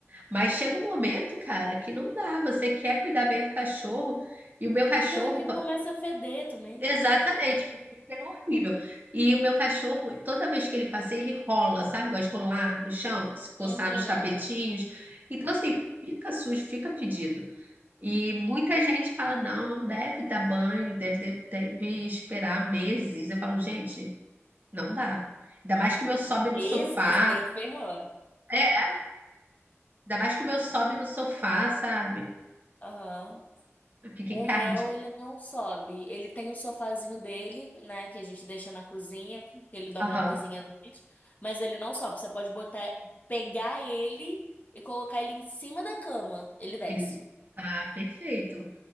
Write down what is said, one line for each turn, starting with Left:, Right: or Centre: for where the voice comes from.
Right: Mas chega um momento, cara, que não dá. Você quer cuidar bem do cachorro e o meu cachorro,
Left: Não, é que
Right: co-
Left: começa a feder também.
Right: exatamente, fica um cheiro horrível. E o meu cachorro, toda vez que ele passeia, ele rola, sabe? Gosta de rolar no chão, se coçar
Left: Uhum.
Right: nos tapetinhos. Então, assim, fica sujo, fica fedido. E muita gente fala: não, não deve dar banho, deve, deve, deve esperar meses. Eu falo, gente, não dá. Ainda mais que o meu sobe
Left: Meses,
Right: no sofá.
Left: nem ferrou.
Right: É, ainda mais que o meu sobe no sofá, sabe?
Left: Aham.
Right: Fica
Left: O
Right: encardido.
Left: meu, ele não sobe. Ele tem o sofazinho dele, né? Que a gente deixa na cozinha, porque ele dorme
Right: Aham.
Left: na cozinha à noite. Mas ele não sobe. Você pode botar, pegar ele e colocar ele em cima da cama. Ele desce.
Right: Ele. Ah, perfeito.